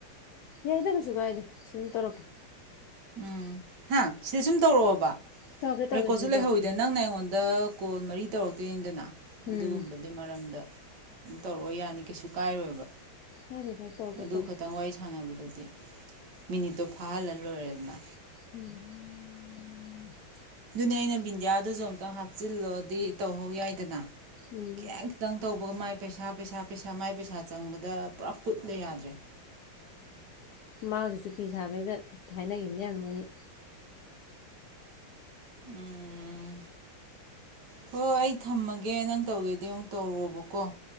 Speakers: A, on the left; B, on the right.
A: ꯌꯥꯏꯗ ꯀꯩꯁꯨ ꯀꯥꯏꯗꯦ ꯁꯤ ꯑꯗꯨꯝ ꯇꯧꯔꯛꯀꯦ
B: ꯎꯝ ꯍꯥ ꯁꯤꯗ ꯁꯨꯝ ꯇꯧꯔꯛꯑꯣꯕ
A: ꯇꯧꯔꯛꯀꯦ ꯇꯧꯔꯛꯀꯦ
B: ꯔꯦꯀꯣꯠꯁꯨ
A: ꯁꯤ ꯑꯗꯨꯝ
B: ꯂꯩꯍꯧꯋꯤꯗꯦ
A: ꯇꯧꯔꯛꯀꯦ
B: ꯅꯪꯅꯦ ꯑꯩꯉꯣꯟꯗ ꯀꯣꯜ ꯃꯔꯤ ꯇꯧꯔꯛꯇꯣꯏꯅꯦꯗꯅ ꯑꯗꯨꯒꯨꯝꯕꯗꯤ
A: ꯎꯝ
B: ꯃꯔꯝꯗ ꯑꯗꯨꯝ ꯇꯧꯔꯛꯑꯣ ꯌꯥꯅꯤ ꯀꯩꯁꯨ ꯀꯥꯏꯔꯣꯏꯕ
A: ꯀꯥꯏꯗꯦ ꯀꯥꯏꯗꯦ ꯇꯧꯔꯛꯀꯦ
B: ꯑꯗꯨ
A: ꯇꯧꯔꯛꯀꯦ
B: ꯈꯇꯪ ꯋꯥꯔꯤ ꯁꯥꯟꯅꯕꯗꯗꯤ ꯃꯤꯅꯤꯠꯇꯣ ꯐꯥꯍꯜꯂ ꯂꯣꯏꯔꯦꯗꯅ
A: ꯎ
B: ꯑꯗꯨꯅꯦ ꯑꯩꯅ ꯕꯤꯟꯗꯤꯌꯥꯗꯨꯁꯨ ꯑꯨꯛꯇꯪ ꯍꯥꯞꯆꯤꯜꯂꯣꯗꯤ ꯇꯧꯍꯧ ꯌꯥꯏꯗꯅ
A: ꯎꯝ
B: ꯈꯤꯇ ꯈꯤꯇꯪ ꯇꯧꯕꯒ ꯃꯥꯏ ꯄꯩꯁꯥ ꯄꯩꯁꯥ ꯄꯩꯁꯥ ꯃꯥꯏ ꯄꯩꯁꯥ ꯆꯪꯕꯗ ꯄꯨꯔꯥ ꯀꯨꯠꯂ ꯌꯥꯗ꯭ꯔꯦ
A: ꯈꯨꯃꯥ ꯍꯧꯖꯤꯛꯁꯨꯨꯄꯤꯤ ꯁꯥꯕꯩꯗ ꯍꯥꯏꯅꯈꯤꯕꯅꯦꯅ ꯃꯣꯏꯅꯤ
B: ꯎꯝ ꯍꯣꯏ ꯑꯩ ꯊꯝꯃꯒꯦ ꯅꯪ ꯇꯧꯒꯦꯗꯤ ꯑꯃꯨꯛ ꯇꯧꯔꯣꯕꯀꯣ